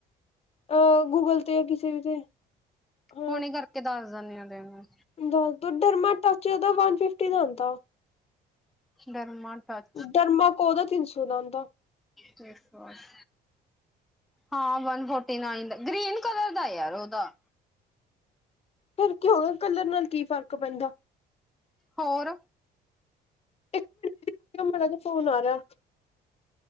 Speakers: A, on the left; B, in the centre.
A: ਅ ਗੂਗਲ ਤੇ ਕਿਸੇ ਵੀ ਤੇ। ਹਾਂ
B: ਹਣੇ ਕਰਕੇ ਦੱਸ ਦੇਨੀ ਆ ਤੇਨੂੰ।
A: ਦੱਸ ਦੁ ਡਰਮਾ ਟੱਚ ਦਾ ਵਨ ਫਿਫਟੀ ਦਾ ਆਉਂਦਾ।
B: Derma touch.
A: ਡਰਮਾ ਕੋ ਦਾ ਤਿੰਨ ਸੌ ਦਾ ਆਂਦਾ।
B: Face wash. ਹਾਂ ਵਨ ਫੋਰਟੀ ਨਾਈਨ ਦਾ, ਗ੍ਰੀਨ ਕਲਰ ਦਾ ਯਾਰ ਓ ਤਾਂ।
A: ਫੇਰ ਕੀ ਹੋ ਗਿਆ ਕਲਰ ਨਾਲ ਕੀ ਫ਼ਰਕ ਪੈਂਦਾ।
B: ਹੋਰ
A: ਇੱਕ ਮਿੰਟ ਰੁਕ ਜੋ ਮਾੜਾ ਜਿਆ ਫੋਨ ਆ ਰਿਆ।